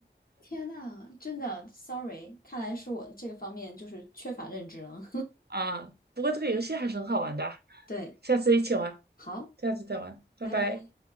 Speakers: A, on the left; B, on the right.
A: 天呐，真的，sorry，看来是我这个方面就是缺乏认知了。
B: 啊，不过这个游戏还是很好玩的啊
A: <laughs> 对，
B: 下次一起玩，
A: 好，
B: 下次再玩，拜拜。
A: 拜拜。